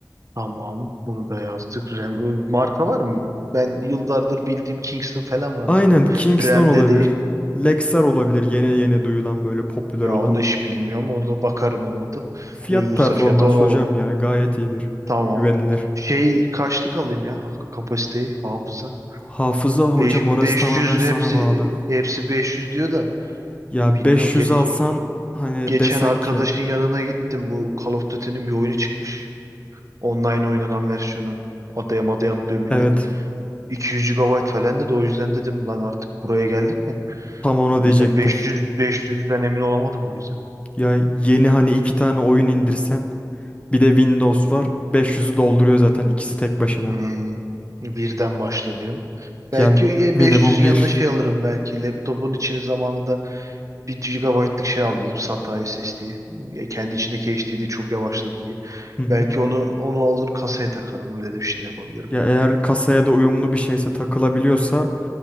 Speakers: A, on the right (about 45°); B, on the left (about 15°).
A: Tamam. Bunu da yazdık. RAM, e, marka var mı? Ben yıllardır bildiğim Kingston falan vardır
B: Aynen
A: bu.
B: Kingston
A: RAM'de
B: olabilir.
A: de
B: Lexar olabilir. Yeni
A: Hı.
B: yeni duyulan böyle popüler
A: ya
B: olan.
A: onu hiç bilmiyorum. Orada bakarım olmadı.
B: Fiyat
A: Uygunsa
B: performans
A: fiyatı onu
B: hocam ya gayet iyidir.
A: Tamam.
B: Güvenilir.
A: Şey kaçlık alayım ya kapasiteyi, hafıza.
B: Hafıza hocam
A: Beş-
B: orası
A: 500
B: tamamen sana
A: hepsi
B: bağlı.
A: hepsi 500 diyor da
B: Ya
A: bilmiyorum
B: 500
A: geç
B: alsan hani
A: geçen
B: desen
A: arkadaşın
B: ki
A: yanına gittim bu Call of Duty'nin bir oyunu çıkmış. Online oynanan versiyonu. Adaya madaya atlıyor millet.
B: evet
A: iki yüz GB falan dedi o yüzden dedim lan artık buraya geldik mi?
B: tam onu
A: O
B: diyecektim.
A: yüzden beş yüz beş yüzden emin olamadım o yüzden.
B: Ya yeni hani iki tane oyun indirsen bir de Windows var 500'ü dolduruyor zaten ikisi tek başına.
A: Hmm, birden başla diyorsun. Belki
B: Ya
A: e,
B: minimum
A: beş yüzün
B: bir.
A: yanına şey alırım belki laptopun içini zamanında bir gigabaytlık şey aldıydım SATA SSD'yi. E, kendi içindeki HDD çok yavaşladı diye.
B: Hı hı.
A: Belki onu onu alır kasaya takarım. Öyle de bir şey de yapabilirim.
B: Ya eğer kasaya da uyumlu bir şeyse takılabiliyorsa